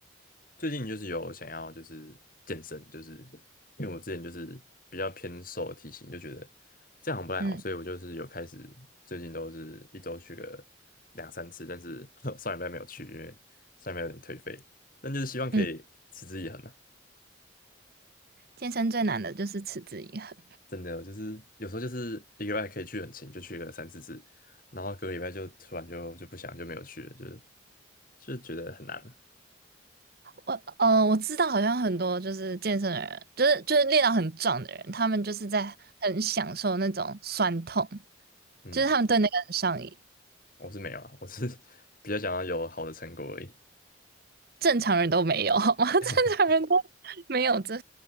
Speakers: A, on the left; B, on the right.
A: 最近就是有想要就是健身，就是因为我之前就是比较偏瘦的体型，就觉得这样好像不太好，
B: 嗯
A: 所以我就是有开始最近都是一周去个两三次，但是 <laughs> 上礼拜没有去，因为上礼拜有点颓废，但就是希望可以持之以恒啊，
B: 嗯，健身最难的就是持之以恒。
A: 真的就是有时候就是一个礼拜可以去很勤，就去个三四次，然后隔个礼拜就突然就就不想就没有去了，就是就是觉得很难啊，
B: 我呃，我知道好像很多就是健身的人，就是就是练到很壮的人，他们就是在很享受那种酸痛，
A: 嗯，
B: 就是他们对那个很上瘾。
A: 我是没有啊，我是 <laughs> 比较想要有好的成果而已，
B: 正常人都没有，<laughs> 好吗？<laughs> 正常人都
A: <laughs>
B: 没有这，